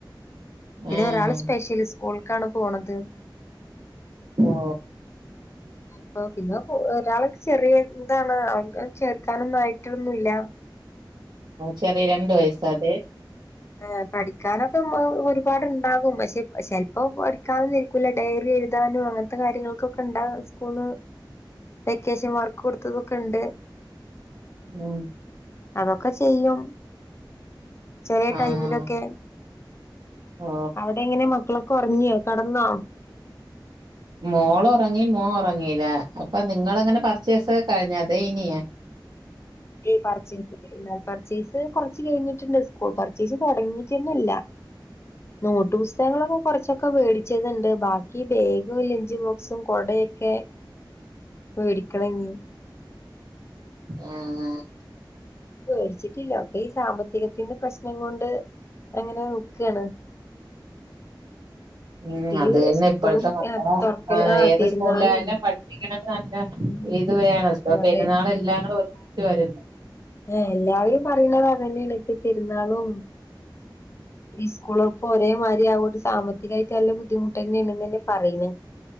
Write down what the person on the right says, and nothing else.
ആഹ്
ഓ
ചെറിയ രണ്ട് വയസ്സാതെ.
ആ
ആഹ്
ഓ
മോള് ഉറങ്ങി മോഒറങ്ങീല അപ്പൊ നിങ്ങളങ്ങനെ പർച്ചേസൊക്കെ കഴിഞ്ഞ അതെ ഇനിയേ.
ആഹ് ആഹ്.
ഉം
അത് തന്നെ
ഇപ്പോഴത്തെ മക്കളെ
ഏത്
സ്കൂളിലായാലും പഠി. ഇങ്ങളത് നല്ല
ഇത് വേണം സ്കൂള
പെരുന്നാൾ ഇല്ലാതും ഒരുമിച്ച് വരല്ലേ.